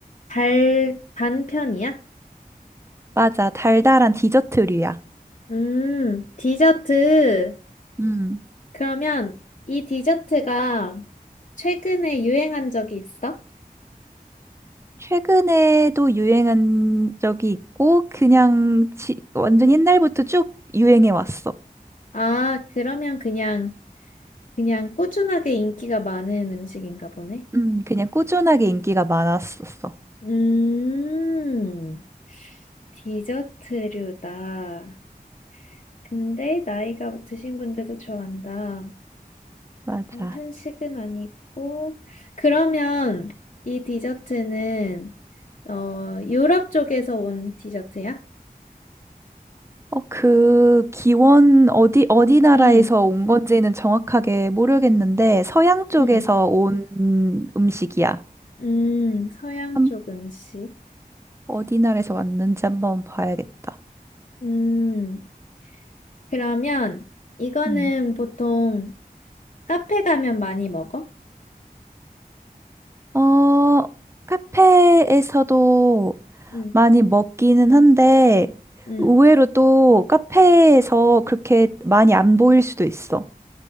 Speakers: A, on the left; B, on the right.
A: 달, 단 편이야?
B: 맞아, 달달한 디저트류야.
A: 음, 디저트.
B: 음.
A: 그러면 이 디저트가 최근에 유행한 적이 있어?
B: 최근에도 유행한 적이 있고 그냥 지, 완전
A: 응.
B: 옛날부터 쭉 유행해 왔어.
A: 아, 그러면 그냥, 그냥 꾸준하게 인기가 많은 음식인가 보네.
B: 음, 그냥 꾸준하게 인기가 많았었어.
A: 음, 디저트류다. 근데 나이가 드신 분들도 좋아한다.
B: 맞아.
A: 어, 한식은 아니고. 그러면 이 디저트는, 어, 유럽 쪽에서 온 디저트야?
B: 어, 그 기원 어디 어디 나라에서
A: 응,
B: 온 건지는 정확하게 모르겠는데 서양 쪽에서
A: 응.
B: 온 음식이야.
A: 음, 서양
B: 한-
A: 쪽 음식.
B: 어디 나라에서 왔는지 한번 봐야겠다.
A: 음, 그러면 이거는
B: 음.
A: 보통 카페 가면 많이 먹어?
B: 어, 카페에서도
A: 음,
B: 많이 먹기는 한데,
A: 음.
B: 의외로 또 카페에서 그렇게 많이 안 보일 수도 있어.